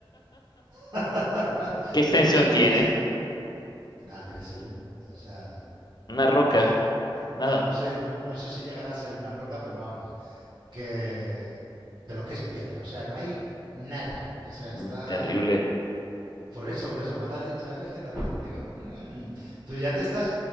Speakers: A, on the right; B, on the left.
A: <laughs> Entonces
B: ¿Qué extensión
A: por eso
B: tiene?
A: te he dicho, nada, debe ser un, o sea,
B: Una roca,
A: ah,
B: nada,
A: no, no sé, no, no sé si llegará a ser una roca, pero vamos, que, pero que es piedra, o sea, no hay nada. O sea,
B: Mm,
A: está.
B: terrible.
A: Por eso, por eso, cuando has dicho hay vegetación, digo, "Mm, tú ya te estás